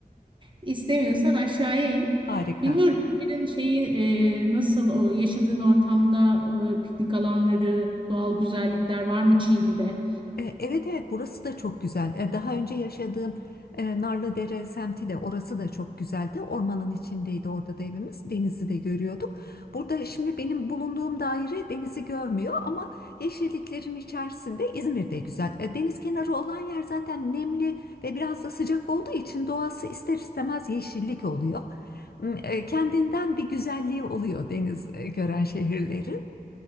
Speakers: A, on the right; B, on the left.
A: İstemiyorsan aşağıya in.
B: Harika.
A: Bilmiyorum İzmir'in şeyi e, nasıl o yaşadığın ortamda o, piknik alanları, doğal güzellikler var mı Çiğli'de?
B: E, Evet evet burası da çok güzel. E, Daha önce yaşadığım e, Narlıdere semti de orası da çok güzeldi. Ormanın içindeydi orada da evimiz. Denizi de görüyorduk. Burada şimdi benim bulunduğum daire denizi görmüyor ama yeşilliklerin içerisinde İzmir de güzel. E, Deniz kenarı olan yer zaten nemli ve biraz da sıcak olduğu için doğası ister istemez yeşillik oluyor. M, e, Kendinden bir güzelliği oluyor deniz e, gören şehirlerin.